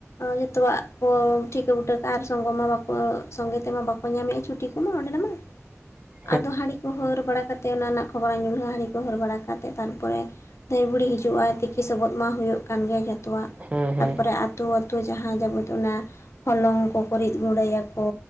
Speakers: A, on the left (about 65°); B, on the right (about 30°).
A: ᱡᱚᱛᱚᱣᱟᱜ ᱠᱚ ᱴᱷᱤᱠᱟᱹ ᱵᱩᱴᱟᱹ ᱠᱟᱜᱼᱟ, ᱟᱨ ᱥᱚᱝᱜᱚ ᱢᱟ ᱵᱟᱠᱚ ᱥᱚᱸᱜᱮ ᱛᱮᱢᱟ ᱵᱟᱠᱚ ᱧᱟᱢᱮᱜᱼᱟ ᱪᱷᱩ ᱴᱤᱠ ᱠᱚᱢ ᱚᱱᱰᱮᱱᱟᱢᱟ
B: ᱦ <inaudible>
A: ᱟᱫᱚ ᱦᱟᱹᱰᱤ ᱠᱚ ᱦᱟᱹᱨ ᱵᱟᱲᱟ ᱠᱟᱛᱮ, ᱚᱱᱟ ᱨᱮᱱᱟᱜ ᱠᱷᱚᱵᱚᱨ ᱧᱩᱨᱦᱼᱟ ᱦᱟᱺᱰᱤ ᱠᱚ ᱦᱟᱹᱨ ᱵᱟᱲᱟ ᱠᱟᱛᱮ ᱛᱟᱨ ᱯᱚᱨᱮ ᱫᱷᱟᱹᱭ ᱵᱩᱲᱤ ᱦᱤᱡᱩᱜᱼᱟᱭ ᱛᱤᱠᱤ ᱥᱚᱵᱚᱫ ᱢᱟ ᱦᱩᱭᱩᱜ ᱠᱟᱱ ᱜᱮ, ᱡᱷᱚᱛᱚᱣᱟᱜ
B: ᱦᱮᱸ
A: ᱛᱟᱨ
B: ᱦᱮᱸ
A: ᱯᱚᱨᱮ ᱟ ᱟᱹᱛᱩ ᱟᱹᱛᱩ ᱡᱟᱦᱟᱸ ᱜᱮᱵᱚ ᱫᱚᱱᱟ, ᱦᱚᱞᱚᱝ ᱠᱚᱠᱚ ᱨᱤᱫ ᱜᱩᱸᱰᱟᱹᱭᱟ ᱠᱚ